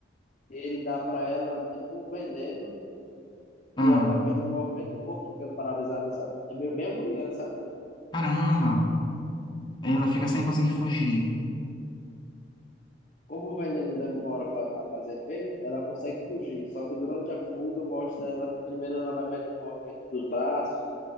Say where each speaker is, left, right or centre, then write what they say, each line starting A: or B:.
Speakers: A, on the left; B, on the left.
A: ele dá para ela tipo um veneno
B: Ah,
A: que ela vai perdendo o movimento do corpo, ficando paralisada, sabe? É meio bem agoniante, sabe?
B: caramba! Aí Ela fica sem conseguir fugir.
A: Como o veneno demora fa- a fazer efeito, ela consegue fugir. Só que durante a fuga mostra ela, primeiro ela vai perdendo o movimento dos braços,